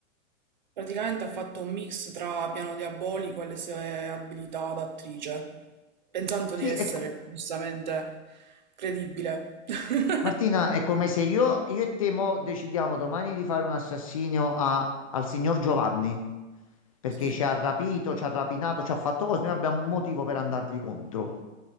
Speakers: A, on the right; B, on the left.
A: Praticamente ha fatto un mix tra Piano Diabolico e le sue abilità d'attrice, pensando
B: Sì,
A: di essere
B: è co-
A: giustamente credibile. <laughs>
B: Martina, è come se io, io e te mo decidiamo domani di fare un assassinio a- al signor Giovanni perché
A: Sì,
B: ci ha rapito, ci ha rapinato, ci ha fatto cose, noi abbiamo un motivo per andargli contro.